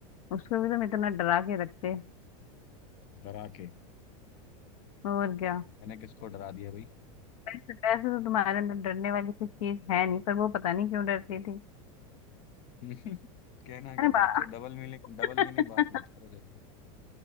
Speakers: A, on the left; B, on the left.
A: उसको भी तुम इतना डरा के रखते
B: डरा के
A: और क्या
B: मैंने किसको डरा दिया भाई
A: पैसे पैसे तो तुम्हारे अंदर डरने वाली कोई चीज है नहीं पर वो पता नहीं क्यों डरती थी
B: हम्म, <laughs> कहना क्या
A: अरे
B: चाहते
A: बा
B: हो डबल मीनिंग
A: <laughs>
B: डबल मीनिंग बात मत करो देखो